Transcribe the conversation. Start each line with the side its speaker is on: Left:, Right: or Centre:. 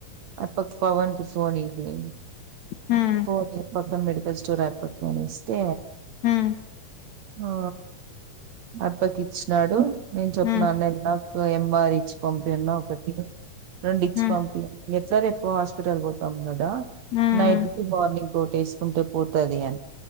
Right: అటు పక్కా పవన్ కి ఫోన్ ఇయ్యి.
Left: హ్మ్
Right: ఫోన్ పక్కన మెడికల్ స్టోర్ <unintelligible> నిస్తే
Left: హ్మ్
Right: ఆ అప్పగిచ్చినాడు నేను చెప్పినాను
Left: హ్మ్
Right: నాకు ఎంఆర్ ఇచ్చి పంపిఅన్నా ఒకటి రెండు ఇచ్చి
Left: హ్మ్
Right: పంపిఅన్నా ఎట్లా రే పు హాస్పిటల్ కి పోతాం కదా
Left: హ్మ్
Right: నైట్ కి మార్నింగ్ కోటేసుకుంటే పోతది అని.